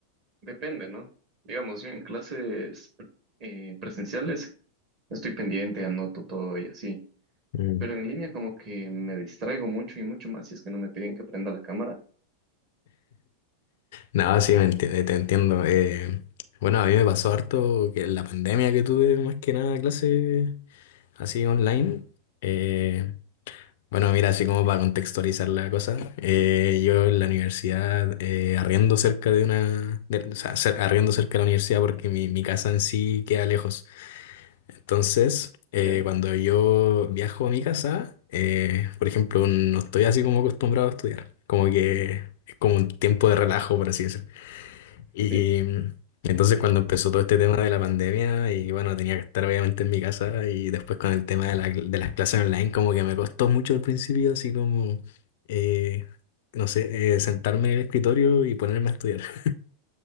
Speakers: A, on the right; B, on the left.
A: depende, ¿no? Digamos, yo en clases eh, presenciales estoy pendiente, anoto todo y así.
B: Mm.
A: Pero en línea como que me distraigo mucho y mucho más si es que no me piden que prenda la cámara.
B: Nada, sí, me enti- te entiendo. Eh, bueno, a mí me pasó harto que en la pandemia que tuve más que nada clase así online. eh, bueno, mira, así como para contextualizar la cosa, eh, yo en la universidad eh, arriendo cerca de una, de- o sea, cer- arriendo cerca de la universidad porque mi, mi casa en sí queda lejos. Entonces, eh,
A: Ya,
B: cuando yo viajo a mi casa, eh, por ejemplo, no estoy así como acostumbrado a estudiar. Como que es como un tiempo de relajo, por así decirlo. Y
A: sí,
B: mm, entonces cuando empezó todo este tema de la pandemia y bueno, tenía que estar obviamente en mi casa y después con el tema de, la- de las clases online como que me costó mucho al principio, así como, eh, no sé, eh, sentarme en el escritorio y ponerme a estudiar. <laughs>